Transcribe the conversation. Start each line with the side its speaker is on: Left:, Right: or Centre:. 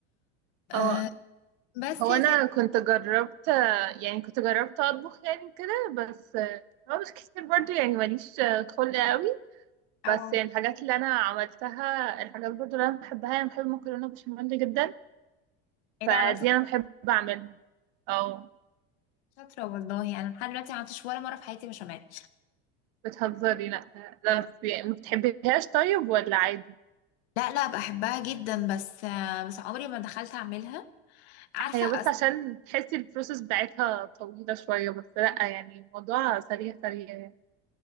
Left: أه
Right: اه
Left: بس
Right: هو
Left: يا
Right: انا
Left: سيدي
Right: كنت جربت يعني كنت جربت اطبخ يعني كده بس هو مش كتير برضو يعني ماليش خلق قوي بس
Left: او
Right: يعني الحاجات اللي انا عملتها الحاجات برضو اللي انا بحبها انا بحب المكرونة بشاميل جدا
Left: ايه
Right: فدي
Left: ده عملت
Right: انا بحب اعملها اه
Left: شاطره والله انا لحد دلوقتي ما عملتش ولا مره في حياتي بشاميل
Right: بتهزري لا لا بس يعني ما بتحبيهاش طيب ولا عادي
Left: لا لا بحبها جدا بس آه، بس عمري ما دخلت اعملها عارفه
Right: هي
Left: أص...
Right: بس عشان تحسي البروسيس بتاعتها طويلة شوية بس لأ يعني الموضوع سريع سريع يعني